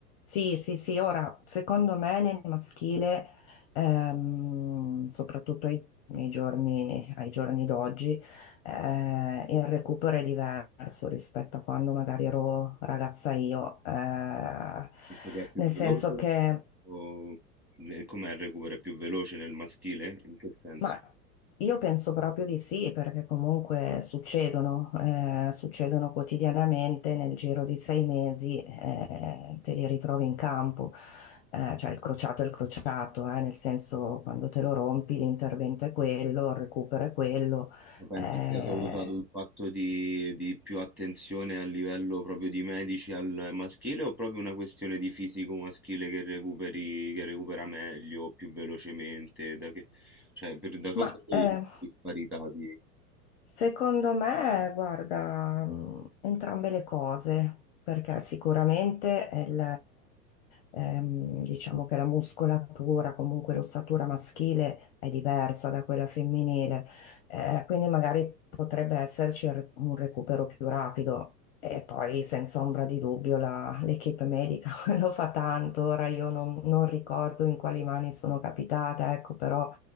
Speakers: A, on the left; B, in the centre.
A: Sì, sì, sì, ora secondo me nel maschile, ehm, soprattutto ai, nei giorni, ai giorni d'oggi, eh, il recupero è diverso rispetto a quando magari ero ragazza io, eh,
B: Penso che è più
A: nel
B: veloce
A: senso che
B: o... e Com'è il recupero? È più veloce nel maschile? In che senso?
A: Ma io penso proprio di sì, perché comunque succedono, eh, succedono quotidianamente, nel giro di sei mesi eh, te li ritrovi in campo, Eh, cioè il crociato è il crociato, eh, nel senso quando te lo rompi l'intervento è quello, il recupero è quello,
B: Ma pensi
A: Eh,
B: sia dovuto ad un fatto di di più attenzione a livello proprio di medici al maschile o proprio una questione di fisico maschile che recuperi che recupera meglio, più velocemente? Da che cioè, per da cosa
A: ma
B: è dovuta
A: eh,
B: questa disparità di
A: Secondo me, guarda, mh, entrambe le cose, perché sicuramente il, ehm, diciamo che la muscolatura, comunque l'ossatura maschile è diversa da quella femminile, eh, quindi magari potrebbe esserci il re- un recupero più rapido. E
B: di
A: poi, senza ombra di dubbio, la- l'equipe medica <laughs> lo fa tanto. Ora io non, non ricordo in quali mani sono capitata, ecco, però